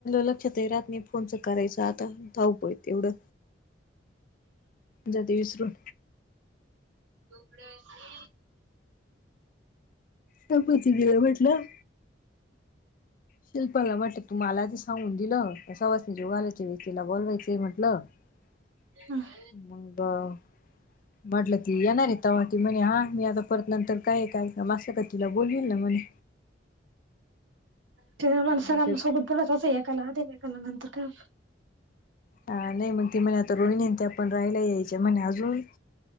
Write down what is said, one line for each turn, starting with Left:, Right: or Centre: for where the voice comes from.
Left: लक्षात ये राहात नाही फोनच करायच आता. थाऊपय एवढं ज ते विसरून.
Right: <unintelligible>
Left: स पोती ग म्हटलं. शिल्पाला म्हटलं तू मला ते सांगून दिलं सवासने ज वालाच्या व्यक्तीला बोलवायचंय म्हटलं. <inaudible>
Right: हम.
Left: बर. म्हटलं ती येणारयं तव्हा ती म्हणे हा मी आता परत नंतर काय काय का मस्ं का तिला बोलेलिना म्हणे.
Right: <unintelligible> माणसाना
Left: म्हटलं
Right: सोबत बलाचचं एकाला <unintelligible> त्या एकाला नंतर
Left: हा नाही मग ती म्हणे आता रोहिणी त्या पण राहायला यायच्या म्हणे अजून.